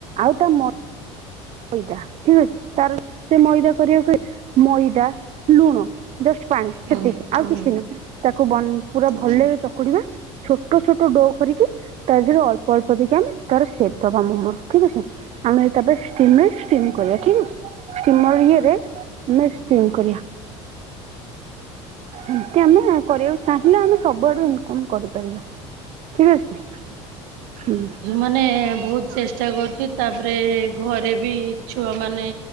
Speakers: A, on the right; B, on the right.
A: ଆଉ ତା ମଇଦା ଠିକ ଅଛି ତାର ସେ ମଇଦା କରିବାକୁ ମଇଦା ଲୁଣ ଜଷ୍ଟ ପାଣି
B: ହୁଁ
A: ସେତିକି
B: ହୁଁ
A: ଆଉ କିଛି ନା ତାକୁ ପୁରା
B: ହୁଁ
A: ଭଲରେ ଚକୁଡିବା ଛୋଟ ଛୋଟ ଡୋ କରିକି ତା ଦେହରେ ଅଳ୍ପ ଅଳ୍ପ ଦେଇକି ଆମେ ତାର ସେବ ଦବା ମୋମୋ ଠିକ ଅଛି ଆମେ ତାପ ଷ୍ଟିମ୍ କରିବା ଠିକ ଅଛି ଷ୍ଟିମର ଇଏରେ ଆମେ ଷ୍ଟିମ୍ କରିବା। ସେମତି ଆମେ କରିବାକୁ ଚାହିଁଲେ ଆମେ ସବୁଆଡୁ ଇନକମ୍ କରିପାରିବା ଠିକ ଅଛି। ହୁଁ
B: ମାନେ ବହୁତ ଚେଷ୍ଟା କରୁଛି ତାପରେ ଘରେ ବି ଛୁଆମାନେ